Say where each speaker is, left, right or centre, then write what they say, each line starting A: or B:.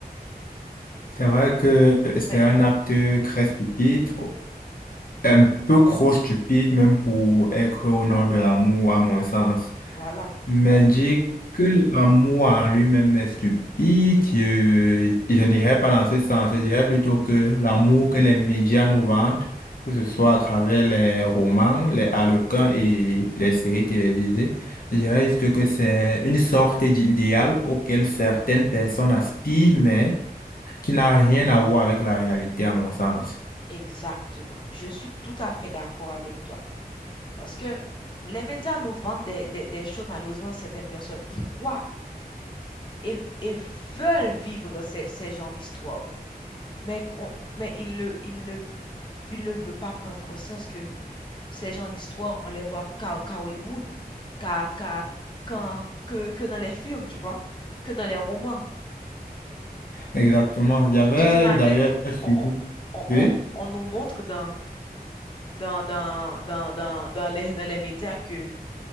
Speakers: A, on the left; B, on the left.
A: C'est vrai que c'est
B: Mais
A: un acte très stupide, un peu trop stupide même pour être au nom de l'amour, à mon sens.
B: voilà,
A: Mais dire que l'amour en lui-même est stupide, je, je n'irais pas dans ce sens. Je dirais plutôt que l'amour que les médias nous vendent, que ce soit à travers les romans, les harlequins et les séries télévisées, je dirais juste que c'est une sorte d'idéal auquel certaines personnes aspirent, mais qui n'a rien à voir avec la réalité, à mon sens.
B: exactement. Je suis tout à fait d'accord avec toi. Parce que les médias nous vendent des, des, des choses, malheureusement, certaines personnes y croient. et, et veulent vivre ces, ces genres d'histoires. Mais, on- mais ils ne, ils ne, ils ne veulent pas prendre conscience que ces genres d'histoires, on les voit qu'à qu'à Hollywood, qu'à, qu'à- qu'en- que, que dans les films, tu vois, que dans les romans.
A: Exactement. J'avais
B: Il- Tu t'imagines?
A: d'ailleurs
B: On,
A: suivi.
B: on, on,
A: Oui?
B: on- on nous montre dans, dans, dans, dans, dans, dans les, dans les médias que